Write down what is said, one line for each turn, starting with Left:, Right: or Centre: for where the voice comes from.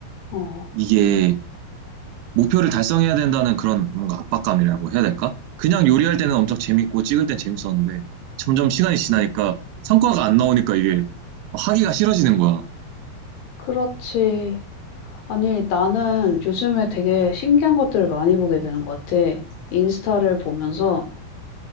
Left: 어.
Right: 이게 목표를 달성해야 된다는 그런 뭔가 압박감이라고 해야 될까? 그냥 요리할 때는 엄청 재밌고 찍을 땐 재밌었는데 점점 시간이 지나니까 성과가 안 나오니까 이게 하기가 싫어지는 거야.
Left: 그렇지. 아니 나는 요즘에 되게 신기한 것들을 많이 보게 되는 것 같아. 인스타를 보면서